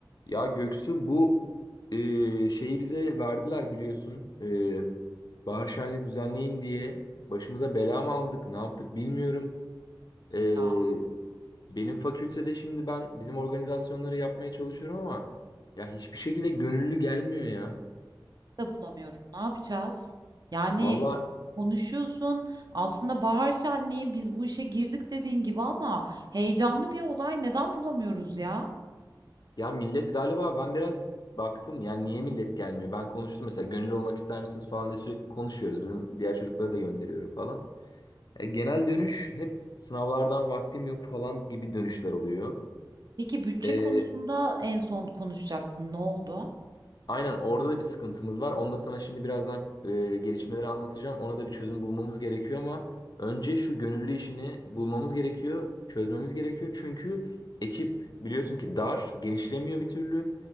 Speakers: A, on the left; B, on the right.
A: Ya Göksu bu e, şeyi bize verdiler biliyorsun. E, bahar şenliği düzenleyin diye başımıza bela mı aldık, ne yaptık bilmiyorum. E,
B: ya
A: benim fakültede şimdi ben bizim organizasyonları yapmaya çalışıyorum ama ya hiçbir şekilde gönüllü gelmiyor ya.
B: da bulamıyorum. Ne yapacağız? Yani
A: Valla
B: konuşuyorsun. Aslında bahar şenliği biz bu işe girdik dediğin gibi ama heyecanlı bir olay. Neden bulamıyoruz ya?
A: ya millet galiba ben biraz baktım yani niye millet gelmiyor? Ben konuştum mesela gönüllü olmak ister misiniz falan diye sürekli konuşuyoruz. Bizim diğer çocukları da gönderiyorum falan. E, genel dönüş hep sınavlardan vaktim yok falan gibi dönüşler oluyor.
B: Peki bütçe
A: E,
B: konusunda en son konuşacaktın. Ne oldu?
A: aynen orada da bir sıkıntımız var. Onu da sana şimdi birazdan e, gelişmeleri anlatacağım. Ona da bir çözüm bulmamız gerekiyor ama önce şu gönüllü işini bulmamız gerekiyor, çözmemiz gerekiyor. Çünkü ekip biliyorsun ki dar, genişlemiyor bir türlü